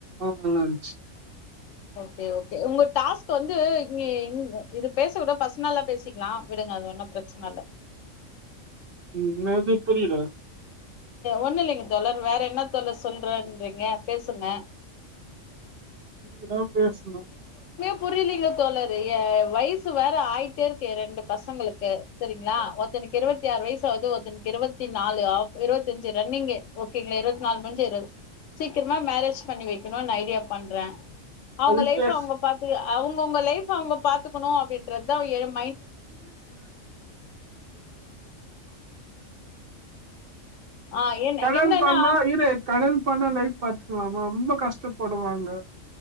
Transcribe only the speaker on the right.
ஆஹ் நல்லாந்துச்சு
உம் என்னாது புரியல
நீங்கதான் பேசனு
அதுக்கு
<unintelligible> <unintelligible>
கலாணம்
பண்ணா இது கடன் பண்ண லைஃப் பாத்துக்கலாம ரொம்ப கஷ்டப்படுவாங்க